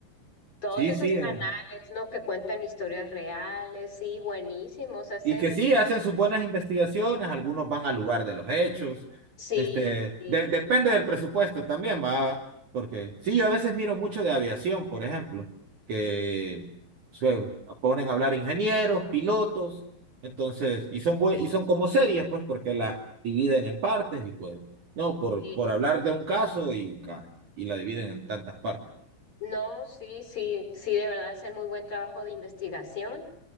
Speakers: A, on the left; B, on the right.
A: Todos
B: Sí,
A: esos
B: sí,
A: canales,
B: eh.
A: ¿no? Que cuentan historias reales, sí, buenísimos, hacen,
B: Y que sí, hacen sus buenas investigaciones, algunos van al lugar de los hechos,
A: sí,
B: este,
A: sí,
B: de- depende del presupuesto también, va, porque sí, yo a veces miro mucho de aviación, por ejemplo, que se ponen a hablar ingenieros, pilotos, entonces, y son bue- y son como series, pues, porque las dividen en partes y pues, no, por,
A: sí,
B: por hablar de un caso y, ca- y la dividen en tantas partes.
A: no, sí, sí, sí, de verdad hacen muy buen trabajo de investigación.